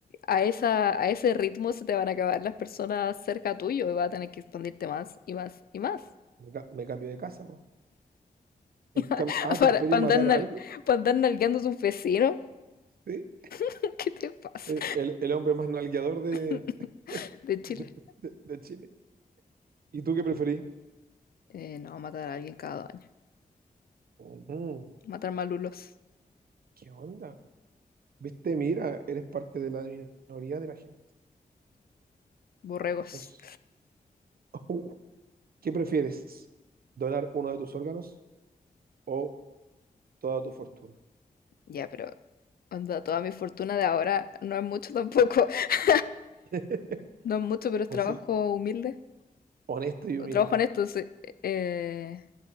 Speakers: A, on the left; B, on the right.
A: a esa, a ese ritmo se te van a acabar las personas cerca tuyo y vas a tener que expandirte más y más y más.
B: me, ca- me cambio de casa, po. En cam-
A: <laughs>
B: ah,
A: Para,
B: ¿tú prefieres
A: para andar,
B: matar
A: nal-
B: a alguien?
A: para andar nalgueando a tus vecinos.
B: Sí,
A: <laughs> ¿Qué te pasa?
B: sí, el, el hombre más nalgueador de,
A: <laughs>
B: <laughs>
A: De Chile.
B: de, de- de Chile. ¿Y tú qué preferís?
A: Eh, no, matar a alguien cada dos años.
B: Ujú,
A: Matar malulos,
B: ¿Qué onda? Viste, mira, eres parte de la minoría de la gente.
A: borregos.
B: Dios. Uh, ¿qué prefieres? ¿Donar uno de tus órganos o toda tu fortuna?
A: Ya, pero onda, toda mi fortuna de ahora no es mucho tampoco. <laughs>
B: <laughs>
A: No es mucho, pero es trabajo
B: O sea,
A: humilde.
B: honesto y humilde.
A: Trabajo honesto, sí. Eh,